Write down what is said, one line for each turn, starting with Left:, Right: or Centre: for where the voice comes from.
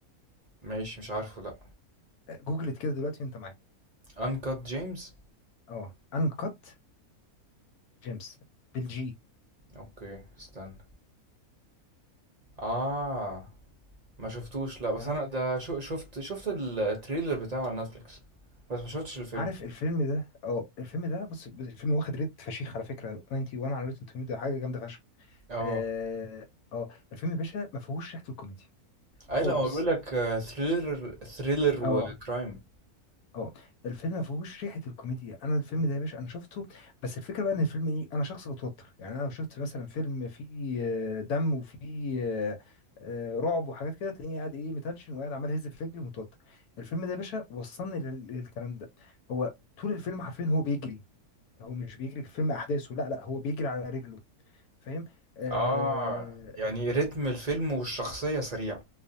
Right: ماشي مش عارفه لا
Left: جوجلت كده دلوقتي وانت معايا
Right: انكات جيمس
Left: اه انكت جيمس بالجي
Right: اوكي استنى اه ما شفتوش لا بس
Left: تمام
Right: انا ده شو شفت شفت التريلر بتاعه على نتفليكس بس ما شفتش الفيلم
Left: عارف الفيلم ده اه الفيلم ده بص بص، الفيلم واخد ريت فشيخ على فكره 91 على روتن توميتو حاجه جامده فشخ
Right: اه
Left: اه آه، الفيلم يا باشا ما فيهوش ريحه الكوميديا
Right: اي
Left: خالص
Right: لا هو بيقول لك ثريلر ثريلر
Left: اه
Right: وكرايم
Left: اه الفيلم ما فيهوش ريحه الكوميديا انا الفيلم ده يا باشا انا شفته بس الفكره بقى ان الفيلم ايه انا شخص بتوتر يعني انا لو شفت مثلا فيلم فيه آه، دم وفيه آه، آه، رعب وحاجات كده تلاقيني قاعد ايه متنشن وقاعد عمال اهز في رجلي ومتوتر الفيلم ده يا باشا وصلني لل- للكلام ده هو طول الفيلم حرفيا هو بيجري هو مش بيجري الفيلم احداثه لا لا هو بيجري على رجله فاهم آه،
Right: اه يعني رتم الفيلم والشخصية سريع